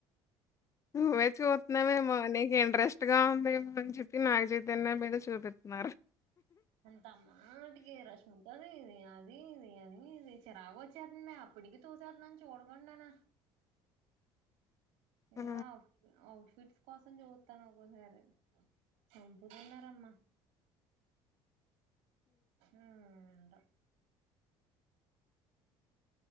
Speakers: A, on the left; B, on the right.
A: ను్వే చుతున్నావేమో నీకే ఇ రెస్ట్ గా ఉందేమో అని చెప్పి నాగ చైతన్య మీద చూపిస్తున్నారు
B: అంతమాటికీ రష్మిక ది ఇదే ఇ అది ఇది అది ఇది చిరాగోచితందే నే అప్పటికి చూసెతను చూడకుండానా
A: ఆ
B: ఏ అప్ ఒప్ ఫిట్స్ కోసం చూతన ఒక్కోసారి చంపుతున్నారమ్మా ఊ ఏంటో